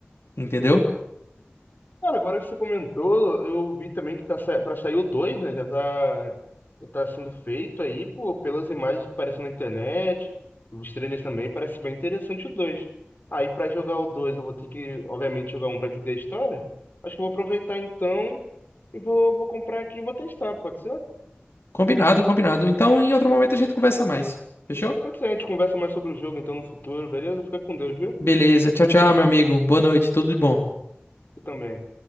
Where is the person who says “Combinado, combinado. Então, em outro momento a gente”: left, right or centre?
Left